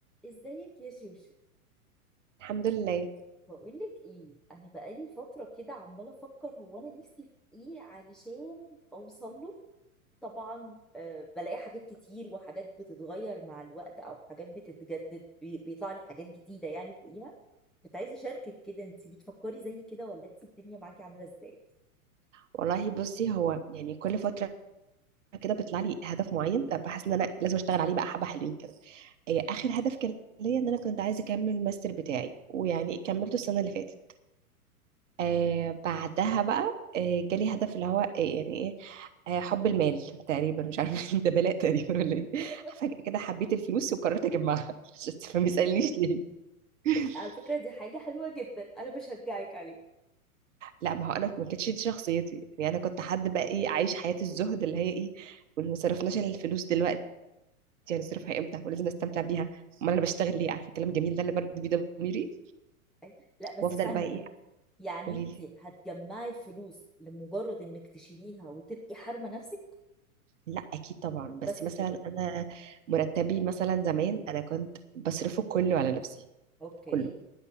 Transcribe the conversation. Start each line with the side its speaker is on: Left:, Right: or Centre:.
Centre: ازيك يا شوشو
Right: الحمد لله
Centre: بقولك ايه انا بقالي فتره كده عماله افكر هو انا نفسي في ايه علشان اوصل له طبعا آه بلاقي حاجات كتير وحاجات بتتغير مع الوقت او حاجات بتتجدد بي- بيطلع لي حاجات جديده يعني فوقيها كنت عايزه اشاركك كده انت بتفكري زي كده ولا انت الدنيا معاكي عامله ازاي
Right: والله بصي هو يعني كل فترة كده بيطلع لي هدف معين بحس ان انا لازم اشتغل عليه بقى حبة حلوين كده آه، اخر هدف كان ليا ان انا كنت عايزة اكمل الماستر بتاعي ويعني كملته السنة اللي فاتت آه بعدها بقى آه جالي هدف اللي هو آه يعني ايه آه حب المال تقريبا مش عارفة <laughs> ده بلاء تقريبا ولا
Centre: <laughs>
Right: ايه فجأة كده حبيت الفلوس وقررت اجمعها <laughs> مش ما يسألنيش ليه <laughs>
Centre: على فكره دي حاجه حلوه جدا انا بشجعك عليها
Right: لا ما هو انا ما كانتش دي شخصيتي يعني انا كنت حد بقى ايه عايش حياة الزهد اللي هي ايه وما صرفناش إلا الفلوس دلوقتي يعني صرفها امتى ولازم نستمتع بيها امال انا بشتغل ليه عارفه الكلام الجميل ده اللي برد بيه ضميري
Centre: أي- لا بس
Right: وافضل
Centre: ثانيه
Right: بقى ايه
Centre: يعني
Right: قولي
Centre: انت
Right: لي
Centre: هتجمعي فلوس لمجرد انك تشيليها وتبقي حارمه نفسك
Right: لا اكيد طبعا بس
Centre: بس
Right: مثلا
Centre: كده
Right: انا مرتبي مثلا زمان انا كنت بصرفه كله على نفسي
Centre: اوكي
Right: كله